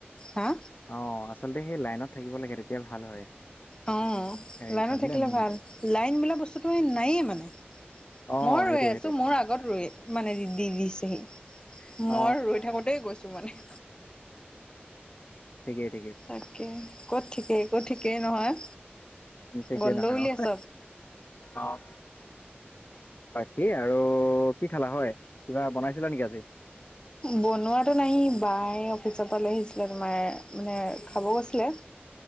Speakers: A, on the left; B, on the left.
A: হা
B: অ', আচলতে সেই লাইনত থাকিব লাগে তেতিয়া ভাল হয়।
A: অ',
B: হেৰি
A: লাইনত
B: পাবলে
A: থাকিলে
B: উম
A: ভাল লাইন বোলা বস্তুটো নায়েই মানে
B: অ
A: মই ৰৈ
B: সেইটোৱে
A: আছোঁ
B: সেইটোৱে
A: মোৰ আগত ৰৈ মানে দি দিছেহি
B: অ
A: মই ৰৈ থাকোঁতে গৈছো মানে
B: ঠিকেই, ঠিকেইে।
A: তাকে ক'ত ঠিকেই, ক'ত ঠিকেই নহয়।
B: ঠিকেই
A: বন্ধ
B: নহয়
A: বুলি
B: অ
A: আছ।
B: অ', বাকী আৰু কি খালা হয়? কিবা বনাইছিলা নেকি আজি?
A: বনোৱাতটো নাই বাই অফিচৰ পৰা লৈ আহিছিলে তোমাৰ মানে খাব গৈছিলে। <inaudible>